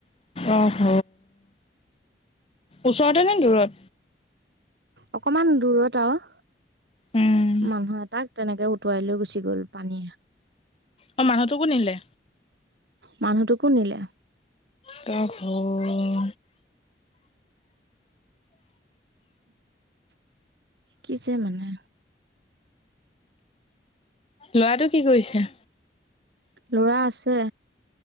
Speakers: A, on the left (about 35°); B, on the right (about 75°).
A: আহ হ। ওচৰতে নে দূৰত?
B: অকমান দূৰত আৰু।
A: উম,
B: মানুহ এটাক- তেনেকে উটুৱাই লৈ গুচি গ'ল পানীয়ে।
A: অঁ, মানুহটোকো নিলে।
B: মানুহটোকো নিলে।
A: ত' হল।
B: কি যে মানে।
A: লৰাটো কি কৰিছে?
B: ল'ৰা আছে।